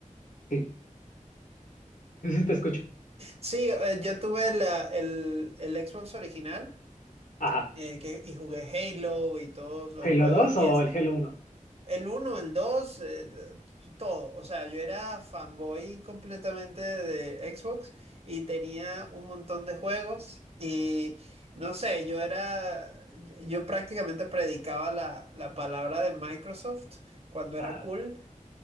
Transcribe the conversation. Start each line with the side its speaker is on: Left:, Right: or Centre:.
Left: sí Sí, sí, te escucho.
Right: sí, eh, yo tuve la- el el Xbox original.
Left: Ajá.
Right: eh, que, y jugué Halo y todos los
Left: ¿Halo
Right: juegos.
Left: 2
Right: Y
Left: o
Right: es
Left: el Halo uno.
Right: el uno el 2 eh, t- todo. O sea, yo era fanboy completamente de Xbox y tenía un montón de juegos. Y no sé, yo era, yo prácticamente predicaba la, la palabra de Microsoft cuando
Left: Ajá.
Right: era cool.